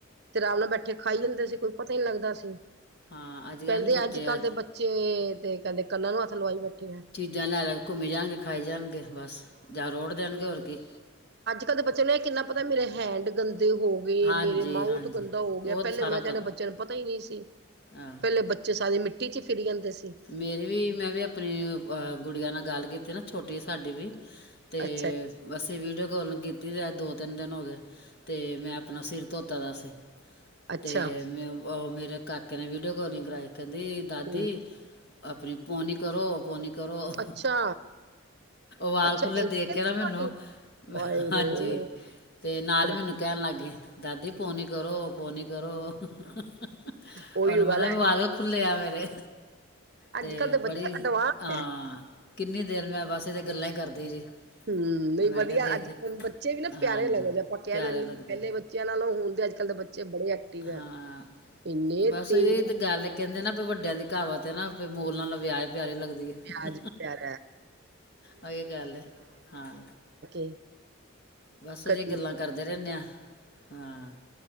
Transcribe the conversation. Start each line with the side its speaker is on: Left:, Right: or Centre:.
Right: ਤੇ ਰਾਮ ਨਾਲ ਬੈਠੇ ਖਾਈ ਜਾਂਦੇ ਸੀ ਕੋਈ ਪਤਾ ਹੀ ਨੀ ਲੱਗਦਾ ਸੀ।
Left: ਹਾਂ ਅੱਜ ਕੱਲ੍ਹ
Right: ਕਹਿੰਦੇ
Left: ਨੀ ਬੱਚੇ
Right: ਅੱਜ ਕੱਲ੍ਹ ਦੇ ਬੱਚੇ ਤੇ ਕਹਿੰਦੇ ਕੰਨਾਂ ਨੂੰ ਹੱਥ ਲਵਾਈ ਬੈਠੇ। ਆ।
Left: ਚੀਜ਼ਾਂ ਲੈ ਲੈ ਕੇ ਘੁੰਮੀ ਜਾਣਗੇ ਖਾਈ ਜਾਣਗੇ ਬਸ ਜਾਂ ਰੋਡ ਦੇਣਗੇ ਹੋਰ ਕੀ।
Right: ਕਦੇ ਬੱਚੇ ਨੂੰ ਇਹ ਕਿੰਨਾ ਪਤਾ ਮੇਰੇ ਹੈਂਡ ਗੰਦੇ ਹੋ ਗਏ
Left: ਹਾਂਜੀ
Right: ਮੇਰੇ ਮਾਊ
Left: ਹਾਂਜੀ
Right: ਥ ਗੰਦਾ ਹੋ ਗਿਆ
Left: ਉਹ
Right: ਪਹਿਲੇ
Left: ਤਾਂ ਸਾਰਾ
Right: ਮੈਂ ਕਹਿੰਦਾ ਬੱਚਿਆਂ ਨੂੰ ਪਤਾ ਹੀ ਨਹੀਂ ਸੀ
Left: ਹਾਂ
Right: ਪਹਿਲੇ ਬੱਚੇ ਸਾਰੀ ਮਿੱਟੀ ਚ ਫਿਰੀ ਜਾਂਦੇ ਸੀ।
Left: ਮੇਰੀ ਵੀ ਮੈਂ ਵੀ ਆਪਣੀ ਗੁੜੀਆਂ ਨਾਲ ਗੱਲ ਕੀਤੀ ਨਾ ਛੋਟੀ ਸਾਡੀ ਵੀ। ਤੇ
Right: ਅੱਛਾ
Left: ਅਸੀਂ ਵੀਡੀਓ ਕੋਲ ਕੀਤੀ ਤਾਂ ਦੋ ਤਿੰਨ ਦਿਨ ਹੋ ਗਏ। ਤੇ ਮੈਂ ਆਪਣਾ ਸਿਰ ਧੋਤਾ ਦਾ ਸੀ।
Right: ਅੱਛਾ
Left: ਤੇ ਮ ਉਹ ਮੇਰੇ ਕਾਕੇ ਨੇ ਵੀਡੀਓ ਕਾਲਿੰਗ ਕਰਵਾਈ ਕਹਿੰਦੀ ਦਾਦੀ
Right: ਹਮ
Left: ਆਪਣੀ ਪੋਨੀ ਕਰੋ ਪੋਨੀ ਕਰੋ।
Right: ਅੱਛਾ
Left: ਵਾਲ
Right: ਅੱਛਾ
Left: ਖੁੱਲੇ
Right: ਇੰਝ
Left: ਦੇਖ
Right: ਕਹਿੰਦੇ
Left: ਕੇ ਨਾ ਮੈਨੂੰ
Right: ਤੁਹਾਡੇ ਹਾਏ ਰੇ
Left: ਹਾਂਜੀ ਤੇ ਨਾਲ
Right: ਬੜੀ
Left: ਮੈਨੂੰ ਕਹਿਣ ਲੱਗ ਗਈ ਦਾਦੀ ਪੋਨੀ ਕਰੋ ਪੋਨੀ ਕਰੋ। ਉਹਨੂੰ
Right: ਉਹੀਓ ਗੱਲ
Left: ਪਤਾ
Right: ਹੈ
Left: ਵੀ ਵਾਲ ਕੇ ਖੁੱਲੇ ਆ ਮੇਰੇ
Right: ਅੱਜ
Left: ਤੇ
Right: ਕੱਲ੍ਹ ਦੇ ਬੱਚੇ
Left: ਬੜੀ
Right: ਅਡਵਾਂਸ
Left: ਹਾਂ
Right: ਹੈ
Left: ਕਿੰਨੀ ਦੇਰ ਮੈਂ ਬਸ ਇਹਦੇ ਗੱਲਾਂ ਹੀ ਕਰਦੀ ਰਹੀ।
Right: ਹੂੰ, ਨਹੀਂ
Left: ਮੈਂ
Right: ਵਧੀਆ
Left: ਕਿਹਾ ਦੇਖ
Right: ਅੱਜ ਕੱਲ ਬੱਚੇ ਵੀ ਨਾ
Left: ਹਾਂਜੀ
Right: ਪਿਆਰੇ ਲੱਗਦੇ ਆਪਾਂ ਕਹਿ
Left: ਪਿਆਰੇ
Right: ਦਿੰਦੇ
Left: ਲੱਗਦੇ
Right: ਪਹਿਲੇ ਬੱਚਿਆਂ ਨਾਲੋਂ ਹੁਣ ਤੇ ਅੱਜ ਕੱਲ੍ਹ ਦੇ ਬੱਚੇ ਬੜੇ ਐਕਟਿਵ
Left: ਹਾਂ
Right: ਐ ਇੰਨੇ
Left: ਬਸ
Right: ਤੇਜ਼
Left: ਇਹ ਤੇ
Right: ਐ।
Left: ਗੱਲ ਕਹਿੰਦੇ ਨਾ ਵੀ ਵੱਡਿਆਂ ਦੀ ਕਹਾਵਾਤ ਐ ਨਾ ਵੀ ਮੋਹ ਨਾ ਲਵੇ ਪਿਆਰੇ ਲੱਗਦੀ। ਹੈ
Right: ਪਿਆਜ ਵੀ ਪਿਆਰ
Left: ਉਹ ਇਹ ਗੱਲ ਹੈ ਹਾਂ
Right: <unintelligible>
Left: ਬਸ
Right: <unintelligible>
Left: ਉਹਦੀਆਂ ਗੱਲਾਂ ਕਰਦੇ ਰਹਿੰਦੇ ਆ ਹਾਂ